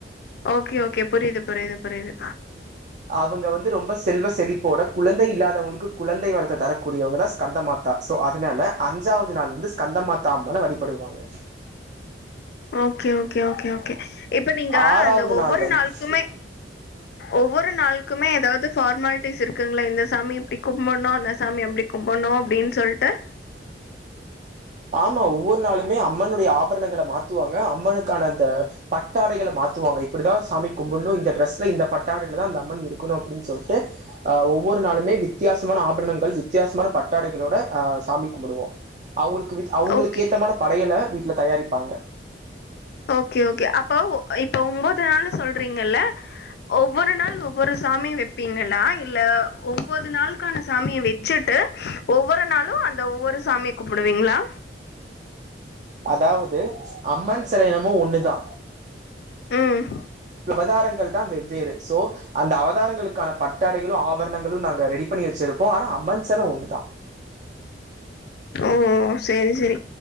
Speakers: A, on the left; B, on the right.
A: ஓகே ஓகே புரியுது புரியுது புரியுது
B: அவுங்க வந்து ரொம்ப செல்வ செழிப்போட குழந்தை இல்லாதவங்களுக்கு குழந்தை வரத்த தரக்கூடியவங்க தா ஸ்கந்தமாதா சோ அதுனால அஞ்சாவது நாள் வந்து ஸ்கந்த மாத்தா அம்மன வழிபடுவாங்க
A: <inaudible> ஓகே ஓகே ஓகே ஓகே இப்ப நீங்க
B: ஆறாவது
A: அந்த ஒவ்வொரு
B: நாள் வந்து
A: நாள்க்குமே ஒவ்வொரு நாள்க்குமே எதாவது ஃபார்மாலிட்டிஸ் இருக்குங்களா இந்த சாமி இப்டி கும் புட்ணு அந்த சாமி அப்டி கும்புட்ணு அப்டின் சொல்ட்டு
B: ஆமா ஒவ்வொரு நாளுமே அம்மனுடைய ஆபரணங்கள மாத்துவாங்க அம்மனுக்கான அந்த பட்டாடைகள மாத் த்துவாங்க இப்டிதா சாமி கும்புட்ணு இந்த ட்ரஸ்ல இந்த பட்டாடைலதா அந்த அம்மன் இருக்கணு அப்டின்னு சொல்ட்டு அ ஒவ் வொரு நாளுமே வித்தியாசமான ஆபரணங்கள் வித்தியாசமான பட்டாடைகளோட அ சாமி கும்புடுவோ அவங்களு க்கு அவங்களுக்கு
A: ஓகே
B: ஏத்தமான படையல வீட்ல தயாரிப்பாங்க
A: ஓகே ஓகே அப்போ இப்ப ஒன்போது நாளு சொல்றீங்கல்ல ஒவ்வொரு நாள் ஒவ்வொரு சாமி வெப்பீங்களா இல்ல ஒன்பது நாள்க்கான சாமிய வெச்சுட் டு ஒவ்வொரு நாளு அந்த ஒவ்வொரு சாமி கும்புடுவீங்களா
B: அதாவது அம்மன் செல என்னமோ ஒண்ணுதா
A: ம்
B: அவதாரங்கள்தா வெவ்வேறு சோ அந்த அவதாரங்களுக்கான பட்டாடைகளு ஆபரணங்களு நாங்க ரெடி பண்ணி வச்சிருப்போ ஆனா அம்மன் செல ஒண்ணு தா
A: ஓ சேரி செரி